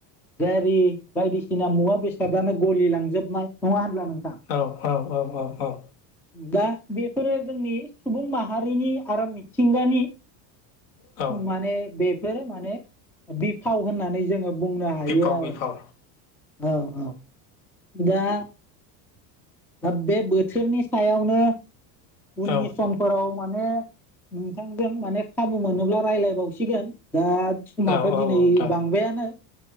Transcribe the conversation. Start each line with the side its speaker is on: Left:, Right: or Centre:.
Centre: गारि बायदिसिना मुवा बेसादानो गलि लांजोबनाय नङा होनब्ला नों
Left: औ औ औ औ
Centre: दा बेफोरो जोंनि सुबुं माहारिनि आरो मिथिंगानि
Left: औ
Centre: माने बेफोर माने बि फाव होननानै जोङो बुंनो हायो
Left: बिफाव
Centre: आरो
Left: बिफाव
Centre: औ औ दा बे बोथोरनि सायावनो उननि
Left: औ
Centre: समफोराव माने नोंथांजों माने खाबु मोनोब्ला रायज्लाय बावसिगोन दा समाथ'
Left: औ औ
Centre: दिनै
Left: नोंथां
Centre: बांबायानो